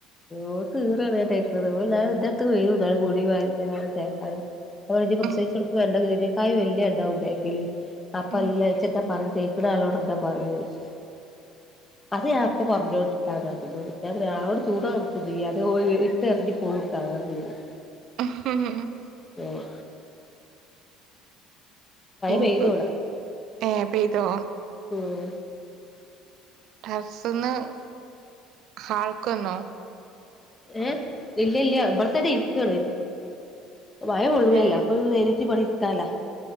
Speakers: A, on the left; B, on the right.
A: ഓൾക്ക് ഇറേണ് ഞാൻ തേക്കുന്നത് ഓള് എന്നാലും ഇതൊക്കെ വരും ന്നാലും മുടി വാരി തരാനും തേക്കാനും ഒക്കെ ഞാൻ പറയും ഇജ്ജ് പ്രസവിച്ചടക്കുമ്പോ
B: ഉം
A: <unintelligible> ഇതിനേക്കായും വല്ല്യ എണ്ണാവും തേക്കല് അപ്പ
B: ഉം
A: എല്ലാ ഇജ്ജ് എന്താ പറയ തേക്കണ ആളോട് എന്താ പറയാ ചോയിച്ചു അത് അപ് ഇപ്പ പറഞ്ഞു കൊട്ത്താണ് <unintelligible> ചൂട് <unintelligible> ഇട്ടെറിഞ്ഞു പോവുട്ടാ <unintelligible>
B: ആഹ്‌ ഹ്‌
A: ഓഹ്
B: ഇൻക്ക്
A: പെയ്തു ഇവടെ
B: ഏഹ് പെയ്തോ
A: ഉം
B: ടറസ്ന്ന് ഹാൾക്ക് വന്നോ?
A: ഏഹ് ഇല്ല ഇല്ല്യ ഇബടത്തെന്നെ ഇരിക്കാണ്. മയകൊള്ളൂല്ലല്ലോ
B: ഏഹ്
A: അപ്പൊ ധൈര്യത്തി ഇബടെ ഇരിക്കാലോ